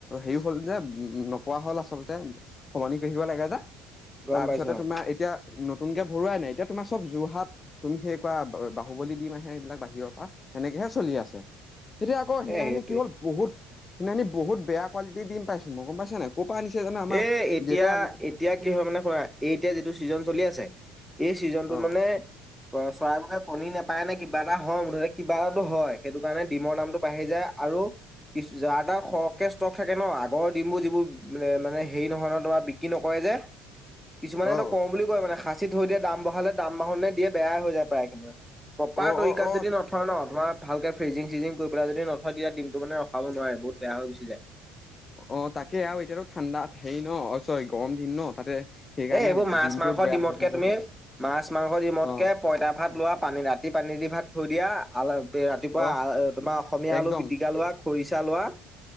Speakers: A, on the left; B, in the centre.
A: হেৰি হ'ল, যে উম, নপোৱা হ'ল আচল তে, সলনি কৰি থাকিব লাগে, যে
B: গম
A: তাৰ
B: পাইছো
A: পিছতে
B: অ'
A: তোমাৰ এতিয়া। নতুনকে ভৰোৱাই নাই, এতিয়া তোমাৰ চ'ব যোৰহাট তুমি সেই কোৱা, বাহুবলী ডিম আহে। এইবিলাক বাহিৰৰ পৰা তেনেকেহে চলি আছে। এতিয়া আকৌ
B: এ
A: সিনানি
B: সেইটোৱে
A: কি হ'ল বহুত সিনািনি বহুত বেয়া কোৱালিটি ডিম পাইছোঁ, মই গম পাইছা নে নাই ক'ৰ পৰা আনিছে।
B: এ এতিয়া
A: <unintelligible>
B: এতিয়া কি হয় মানে শুনা এই এতিয়া যিটো ছিজন চলি আছে, এই চিজনটোত
A: অ
B: মানে চৰাইবোৰে কণী নেপায় নে কিবা এটা হয়, মুঠতে কিবাটো হয়, সেইটো কাৰণে ডিমৰ দামটো বাঢ়ি যায, আৰু কি, যাৰ তাত সৰহকে ষ্টক থাকে, ন আগৰ ডিমবোৰ যিবোৰ মানে হেৰি নহয়, বিক্ৰী নকৰে যে কিছুমানেটো
A: অ
B: কওঁ বুলি কয় মানে সা সাঁচি থৈ দিয়ে। দাম বঢ়ালে, দাম বঢ়ালৈ বেয়াই হৈ যায় প্ৰায়খিনি। প্ৰপাৰ
A: অ
B: তৰিকাত
A: অ অ
B: যদি নথয় ন তোমাৰ ভালকে ফ্ৰিজিং চিজিং কৰি পেলাই যদি নথয়। তেতিয়া দিনটো মানে ৰখাব নোঁৱাৰে, বহুত বেয়া হৈ গুছি যায়।
A: অ' তাকে আৰু এতিয়াতো ঠাণ্ডাত হেৰি ন অ' চৰি গৰম দিন ন তাতে সেইকাৰণে
B: এই এইবোৰ মাছ,
A: ডিমটো
B: মাংস,
A: বেয়া
B: ডিমতকে
A: হৈ চাগে
B: তুমি মাছ, মাংস, ডিমতকে
A: অ
B: পঁইতা ভাত লোৱা পানী ৰাতি পানী দি ভাত থৈ দিয়া, আল ৰাতিপুৱা
A: অ
B: আ তোমাৰ অসমীয়া
A: একদম
B: আলু পিটিকা লোৱা, খৰিচা লোৱা